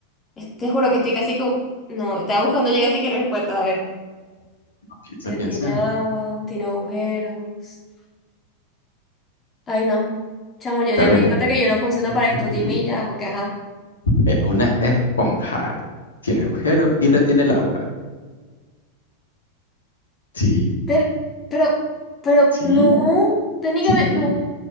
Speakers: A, on the left (about 25°); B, on the left (about 75°).
A: es- te juro que estoy casi que... bus- No, estaba buscando llega así que respuesta. A ver.
B: piensa,
A: Eh,
B: piensa.
A: Tiene agua, tiene agujeros. Ay, no. Chamo, yo ya
B: Terreno.
A: me di cuenta que yo no funciono
B: <laughs>
A: para esto. Dime y ya, porque ajá.
B: Eh, Una esponja. Tiene agujero y retiene el agua. Sí,
A: Pero, pero, pero,
B: sí,
A: no. Técnicamente,
B: sí.
A: no.